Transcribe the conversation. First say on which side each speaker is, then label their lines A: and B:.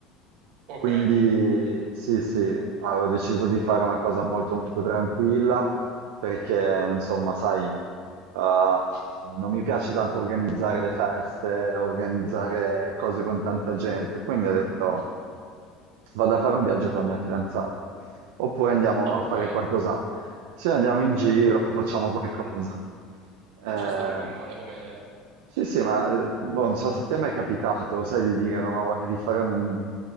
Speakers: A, on the right; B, on the right.
A: Ok.
B: Quindi sì, sì, avevo deciso di fare una cosa molto, molto tranquilla perché, insomma, sai, Uh, non mi piace tanto organizzare le feste, organizzare cose con tanta gente, quindi ho detto vado a fare un viaggio con la mia fidanzata, oppure andiamo
A: Ah,
B: a
A: ok.
B: fare
A: Eh,
B: qualcosa, se andiamo in giro, facciamo qualcosa. Eh,
A: ci sta, non è male come idea.
B: sì, sì, ma eh, boh, non so se te mi è capitato, sai, di dire non ho voglia di fare, un-